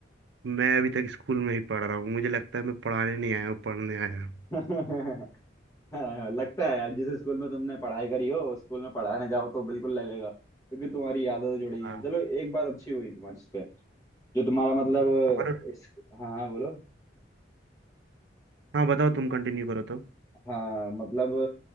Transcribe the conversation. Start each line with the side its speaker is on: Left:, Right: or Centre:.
Right: मैं अभी तक स्कूल में ही पढ़ रहा हूँ मुझे लगता है मैं पढ़ाने नहीं आया हूँ पढ़ने आया हूँ
Left: <laughs> हाँ, लगता है यार जिस स्कूल में तुमने पढ़ाई करी हो उस स्कूल में पढ़ाने जाओ तो बिल्कुल लगेगा क्योंकि तुम्हारी यादें तो जुड़ी
Right: हाँ
Left: हैं चलो एक बात अच्छी हुई तुम्हारे इस पे जो तुम्हारा मतलब
Right: और
Left: इस हाँ हाँ बोलो
Right: हाँ बताओ तुम कंटिन्यू करो तो
Left: हाँ मतलब